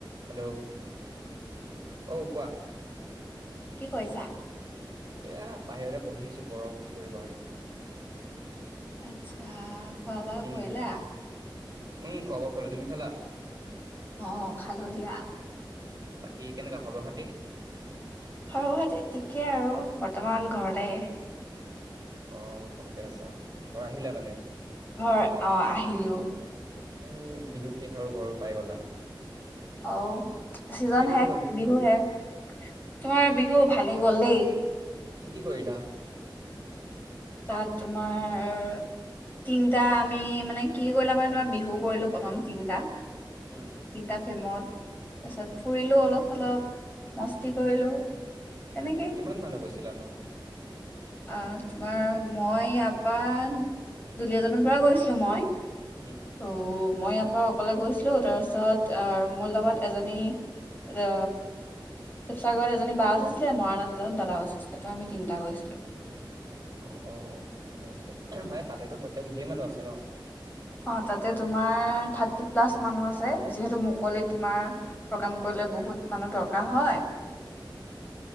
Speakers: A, on the right (about 40°); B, on the left (about 25°).
A: Hello অ কোৱা
B: কি কৰিছা
A: এয়া বাহিৰতে বহি আছো গৰম কি কৰিবা আৰু
B: আচ্ছা খোৱা বোৱা
A: উম
B: কৰিলা
A: উম খোৱা বোৱা কৰিলো তুমি খালা
B: অ খালো দিয়া
A: বাকী কেনেকুৱা খবৰ খাতি
B: সৰু হোৱাতে ঠিকে আৰু বৰ্ত বৰ্তমান ঘৰতে
A: অহ ঘৰতে আছা ঘৰ আহিলা মানে।
B: ঘৰ আহ আহিলো
A: এ বিহু শেষ আৰু ঘৰো পাই গলা
B: অ চিজন
A: কেনেকুৱা
B: শেষ
A: গ'ল বিহুটো
B: বিহু শেষ তোমাৰ বিহু ভালেই গ'ল দেই।
A: কি কি কৰিলা।
B: তাত তোমাৰ তিনটা আমি মানে কি কৰিলা মানে তোমাৰ বিহু কৰিলো প্ৰথম তিনটা
A: উম
B: তিনটা ফেমত তাৰপিছত ফুৰিলো অলপ চলপ মস্তি কৰিলো
A: উম
B: তেনেকেই
A: কিমান মানুহ গৈছিলা ন
B: আহ তোমাৰ মই ইয়াৰপা দুলিয়াজানৰ পৰা গৈছিলো মই
A: উম
B: ত' মই ইয়াৰ পৰা অকলে গৈছিলো তাৰপিছত আৰু মোৰ লগত এজনী ৰ শিৱসাগৰত এজনী বা উঠিছিলে মৰাণত এজন দাদাও উঠিছিলে তো আমি তিনটা গৈছিলোঁ
A: অ অ ঠিকে আছে উহ মানে তাতেতো টোটেল ধেৰ মানুহ আছে ন
B: অ তাতে তোমাৰ থাৰ্টি প্লাছ মানুহ আছে। যিহেতু মুকলিত তোমাৰ প্ৰগ্ৰাম কৰিলে বহুত মানুহ দৰকাৰ হয়।
A: উম